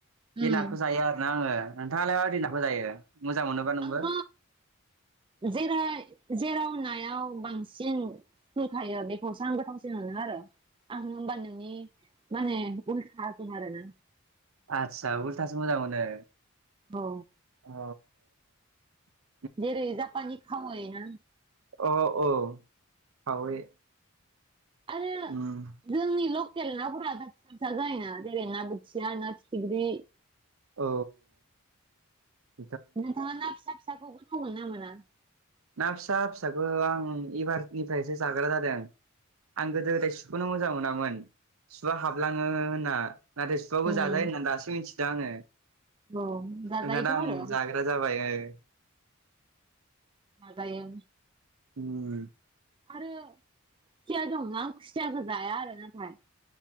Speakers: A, on the right (about 75°); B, on the right (about 25°).
A: बे
B: उम
A: नाखौ जायो आरो ना आङो नोंथाङालाय। नाखौ जायो मोजां मोनोबा नोंबो
B: आंथ' जेर जेराव नाय। याव बांसिन खु थायो बेखौसो आं गोथावसिन मोनो आरो आं होमबा नोंनि माने उल्थासो आरोना।
A: आदसा उल्थासो मोजां मोनो
B: औ
A: अ ओ
B: जेरै जापानि खावै ना
A: औ औ खावै
B: आरो
A: उम
B: जोंनिआव थेल ना फोरा दा फिसा फिसा जायोना जेरै ना बोथिया ना फिथिग्रि
A: औ औ
B: नोंथाङा ना फिसा फिसाखौ गोथाव मोनना ना मोना
A: ना फिसा फिसाखौ आं एबारनिफ्रायसो जाग्रा जादों आं गोदो गोदाय सुखौनो मोजां मोनामोन सुवा हाबलाङो होनना नाथाय सुवाबो
B: उम
A: जाजायो होननानै दासो मिथिदों आङो
B: औ जाजायोथ'
A: नोंथां दा
B: आरो
A: आं जाग्रा जाबाय ओ
B: जाजायो
A: उम
B: आरो खुसिया दं ना खुसियाखौ जाया आरो नाथाय